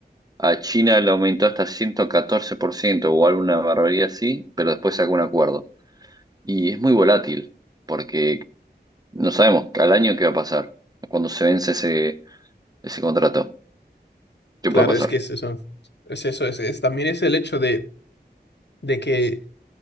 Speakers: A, on the right; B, on the left.
A: A China le aumentó hasta 114% o alguna barbaridad así, pero después sacó un acuerdo. Y es muy volátil, porque no sabemos al año qué va a pasar, cuando se vence ese, ese contrato, qué
B: claro,
A: puede pasar.
B: es que es eso. Es eso, es, es- también es el hecho de, de que